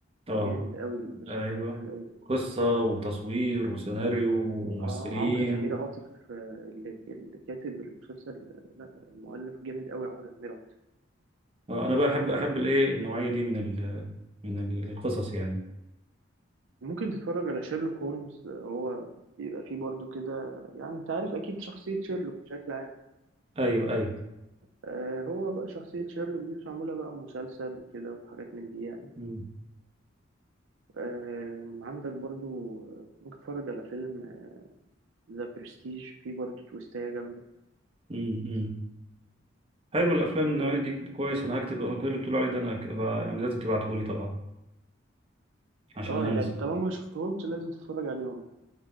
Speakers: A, on the right (about 30°); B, on the right (about 80°).
A: اه
B: جامد قوي المسلسل
A: ايوه
B: ده جامد قوي
A: قصة وتصوير وسيناريو وممثلين
B: اه عمرو سمير عاطف آه، اللي اللي كاتب المسلسل لا المؤلف جامد قوي عمرو سمير عاطف
A: اه انا بقى احب احب الايه النوعية دي من ال من ال- القصص يعني
B: ممكن تتفرج على شيرلوك هولمز آه، هو بيبقى فيه برضو كده يعني انت عارف اكيد شخصية شيرلوك بشكل عام
A: ايوه ايوه
B: آه هو بقى شخصية شيرلوك دي مش معمولة بقى مسلسل وكده وحاجات من دي يعني
A: مم.
B: آه عندك برضو آه، ممكن تتفرج على فيلم ذا برستيج فيه برضو تويستاية جامدة
A: مم. مم. حلو الافلام
B: مم،
A: النوعية دي كويس انا هكتب كل اللي بتقول عليه ده انا هكبقى يعني لازم تبعته لي طبعا عشان
B: اه
A: هنسى
B: يعني طالما ما شفتهمش لازم تتفرج عليهم